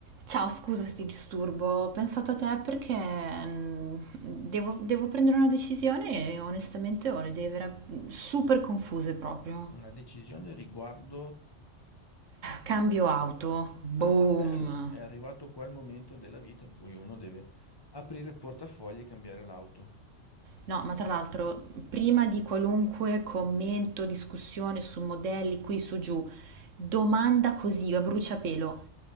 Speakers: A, on the right (about 85°); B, on the left (about 20°).
A: Ciao, scusa se ti disturbo, ho pensato a te perché mm, devo, devo prendere una decisione e onestamente ho le idee vera- super confuse proprio.
B: Una decisione riguardo...
A: Cambio auto, boom.
B: Ah, bello, è arrivato qua il momento della vita in cui uno deve aprire il portafoglio e cambiare l'auto.
A: No, ma tra l'altro, prima di qualunque commento, discussione su modelli qui su giù, domanda così a bruciapelo,